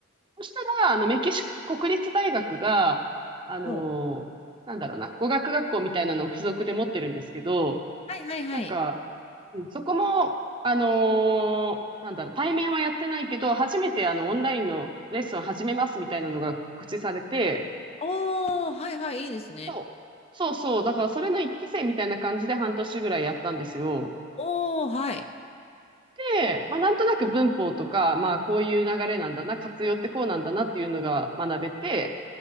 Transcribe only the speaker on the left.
おー
はいはいはい。
おー、はいはい、いいですね。
おー、はい。